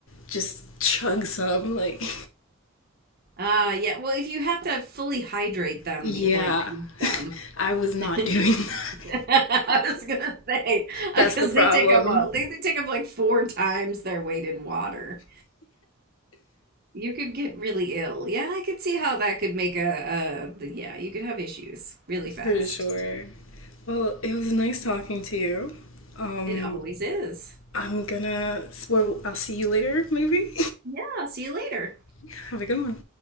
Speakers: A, on the left; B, on the right.
A: just chug some like
B: Uh, yeah. Well, if you have to fully hydrate
A: <laughs>
B: them
A: yeah.
B: before you eat them,
A: <laughs> I was not
B: <laughs>
A: doing that.
B: <laughs> I was gonna say
A: That's
B: because
A: the problem,
B: they take up all they, they take up like four times their weight in water. You could get really ill. Yeah, I could see how that could make a, a yeah, you could have issues really fast.
A: for sure. Well, it was nice talking to you. Um,
B: It always is.
A: I'm gonna, well, I'll see you later, maybe.
B: Yeah, see you later.
A: <laughs> Have a good one.